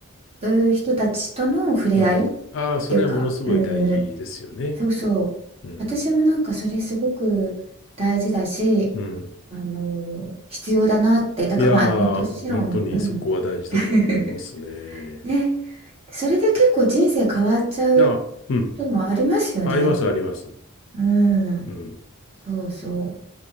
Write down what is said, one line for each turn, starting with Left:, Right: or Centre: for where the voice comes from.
Right: うー人たちとの触れ合いっ
Left: うん。ああ、それはものすごい大事ですよね。
Right: ていうか、うん、そうそう、
Left: うん。
Right: 私もなんかそれすごく大事だし、
Left: うん。
Right: あの必要だなって、だからまあもちろん、
Left: いやー、本当にそこは大事だと思いますね。
Right: うん、<laughs> ね、それで結構人生変わっちゃう
Left: あ、うん。
Right: こともありますよね。
Left: あります、あります。
Right: うん、
Left: うん。
Right: そうそう。